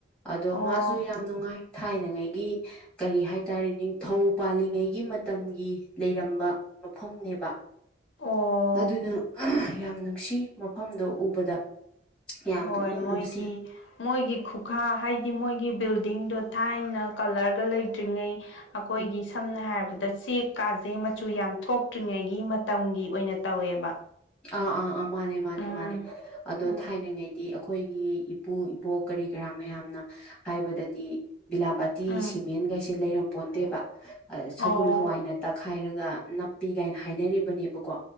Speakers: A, in the centre; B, on the left (about 80°).
A: ꯑꯗꯣ
B: ꯑꯣ
A: ꯃꯥꯁꯨ ꯌꯥꯝ ꯅꯨꯡꯉꯥꯏ ꯊꯥꯏꯅꯉꯩꯒꯤ ꯀꯔꯤ ꯍꯥꯏꯇꯥꯔꯦ ꯅꯤꯡꯊꯧ ꯄꯥꯜꯂꯤꯉꯩꯒꯤ ꯃꯇꯝꯒꯤ ꯂꯩꯔꯝꯕ ꯃꯐꯝꯅꯦꯕ
B: ꯑꯣ
A: ꯑꯗꯨꯅ ꯌꯥꯝ ꯅꯨꯡꯁꯤ ꯃꯐꯝꯗꯣ ꯎꯕꯗ ꯌꯥꯝ
B: ꯍꯣꯏ
A: ꯄꯨꯛꯅꯤꯡ
B: ꯃꯣꯏꯒꯤ
A: ꯅꯨꯡꯁꯤ
B: ꯃꯣꯏꯒꯤ ꯈꯨꯒꯥꯥ ꯍꯥꯏꯗꯤ ꯃꯣꯏꯒꯤ ꯕꯤꯜꯗꯤꯡꯗꯣ ꯊꯥꯏꯅ ꯀꯂꯔꯒ ꯂꯩꯇ꯭ꯔꯤꯉꯩ ꯑꯈꯣꯏꯒꯤ
A: ꯎꯝ
B: ꯁꯝꯅ ꯍꯥꯏꯔꯕꯗ ꯆꯦ ꯀꯥꯁꯦ ꯃꯆꯨ ꯌꯥꯝ ꯊꯣꯛꯇ꯭ꯔꯤꯉꯩꯒꯤ ꯃꯇꯝꯒꯤ ꯑꯣꯏꯅ ꯇꯧꯋꯦꯕ
A: ꯑꯥ ꯑꯥ ꯑꯥ ꯃꯥꯅꯦ ꯃꯥꯅꯦ
B: ꯎꯝ
A: ꯃꯥꯅꯦ ꯑꯗꯣ
B: ꯎꯝ
A: ꯊꯥꯏꯅꯉꯩ ꯗꯤ ꯑꯈꯣꯏꯒꯤ ꯏꯄꯨ ꯏꯕꯣꯛ ꯀꯔꯤ ꯀꯔꯥꯛ ꯃꯌꯥꯝꯅ ꯍꯥꯏꯕꯗꯗꯤ ꯕꯤꯂꯥꯝꯕꯥꯇꯤ
B: ꯎꯝ
A: ꯇꯤ ꯁꯤꯃꯦꯟꯒꯩꯁꯦ ꯂꯩꯔꯝꯄꯣꯟ ꯇꯦꯕ ꯁꯒꯨꯜ
B: ꯑꯣ
A: ꯍꯋꯥꯏꯅ ꯇꯛꯈꯥꯏꯔꯒ ꯅꯞꯄꯤ ꯀꯥꯏꯅ ꯍꯥꯏꯅꯔꯤꯕꯅꯦꯕꯀꯣ